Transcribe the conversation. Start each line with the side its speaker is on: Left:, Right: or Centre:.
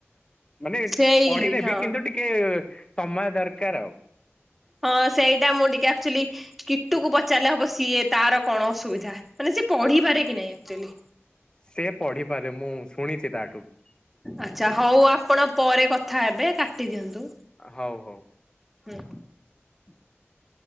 Left: ମାନେ
Centre: ସେଇ
Left: ପଢ଼ି ଦେବି
Centre: ହଁ
Left: କିନ୍ତୁ ଟିକେ ସମୟ ଦରକାର ଆଉ।
Centre: ହଁ ସେଇଟା ମୁଁ ଟିକେ ଆକ୍ଚୁଆଲି କୀଟୁ କୁ ପଚାରିଲେ ହବ ସିଏ ତାର କଣ ଅସୁବିଧା ମାନେ ସେ ପଢ଼ିପାରେ କି ନାଇଁ ଅକ୍ଚୁଆଲି।
Left: ସେ ପଢ଼ିପାରେ ମୁଁ ଶୁଣିଛି ତାଠୁ ।
Centre: ଆଚ୍ଛା ହଉ ଆପଣ ପରେ କଥା ହେବେ କାଟି । କାଟିଦିଅନ୍ତୁ
Left: ହଉ ହଉ।
Centre: ହୁଁ।
Left: <inaudible>